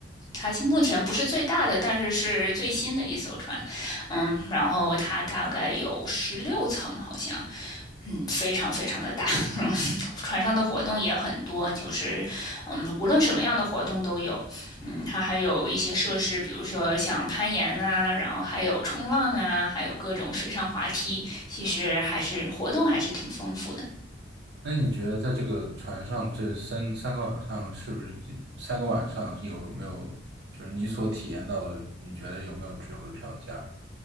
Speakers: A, on the left (about 20°); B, on the right (about 65°).
A: 它目前不是最大的，但是是最新的一艘船。嗯，然后它大概有十六层，好像，嗯，非常非常的大。船上的活动也很多，就是嗯，无论什么样的活动都有。嗯，它还有一些设施，比如说像攀岩啊，然后还有冲浪啊，还有各种水上滑梯，其实还是活动还是挺丰富的。
B: 那你觉得在这个船上这三三个晚上，是不是三个晚上有没有就是你所体验到的，你觉得有没有值回票价